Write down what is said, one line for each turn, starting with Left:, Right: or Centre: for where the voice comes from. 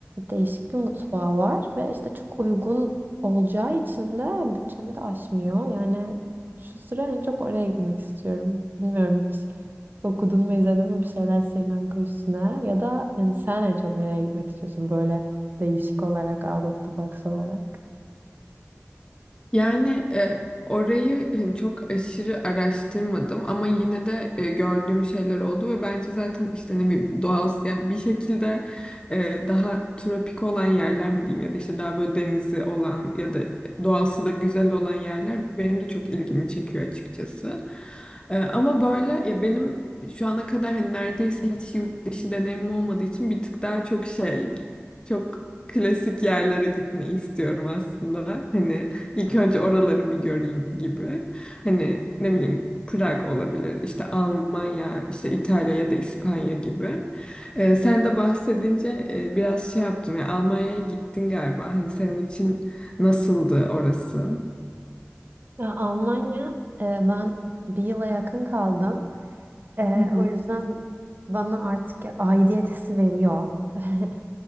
Right: değişik bir mutfağı var ve işte çok uygun olacağı için de bütçemi de aşmıyor. Yani şu sıra en çok oraya gitmek istiyorum. Bilmiyorum hiç okudun mu izledin mi bir şeyler Sri Lanka üstüne ya da yani sen en çok nereye gitmek istiyorsun böyle değişik olarak out of the box olarak?
Left: Yani e, orayı hani çok aşırı araştırmadım ama yine de e, gördüğüm şeyler oldu ve bence zaten işte ne bileyim doğal yani bir şekilde e, daha tropik olan yerler mi diyeyim ya da işte daha böyle denizi olan ya da e, doğası da güzel olan yerler benim de çok ilgimi çekiyor açıkçası. E, ama böyle ya benim şu ana kadar hani neredeyse hiç yurt dışı deneyimim olmadığı için bir tık daha çok şey çok klasik yerlere gitmeyi istiyorum aslında. Hani İlk önce oraları bir göreyim gibi. Hani ne bileyim Prag olabilir, işte Almanya, işte İtalya ya da İspanya gibi. Ee, sen de bahsedince e, biraz şey yaptım ya Almanya'ya gittin galiba. Hani senin için nasıldı orası?
Right: Ya Almanya e, ben bir yıla yakın kaldım. E,
Left: Hı hı.
Right: o yüzden bana artık ya- aidiyet hissi veriyor. <laughs>